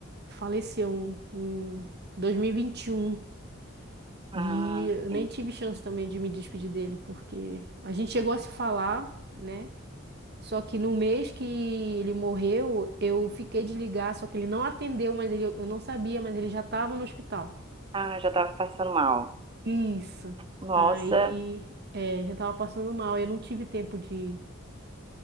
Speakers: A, on the right (about 50°); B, on the right (about 25°).
A: faleceu em 2021. E vinte e um.
B: Ah,
A: E eu
B: sim.
A: nem tive chance também de me despedir dele, porque a gente chegou a se falar, né? Só que no mês que ele morreu, eu fiquei de ligar, só que ele não atendeu, mas ele, eu não sabia, mas ele já estava no hospital.
B: Ah, já tava passando mal.
A: Isso.
B: Nossa.
A: Aí, é, já estava passando mal, eu não tive tempo de,